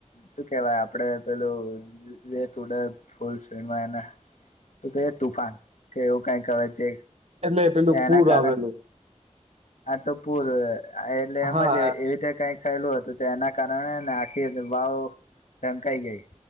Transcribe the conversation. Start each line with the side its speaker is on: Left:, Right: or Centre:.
Left: શું કેહેવાય આપડે પેલું રેતુડ ફૂલ્ <unintelligible> તો કે તુફાન કે એવું કઈ કરે છે
Right: એટલે પેલું પૂર
Left: એના કારણ
Right: આવેલું.
Left: આ તો પૂર એટલે એમજ
Right: હા
Left: એવી રીતે કઈક થયેલું હતું તો એના કારણે ને આખી વાવ ઢંકાઈ ગઈ.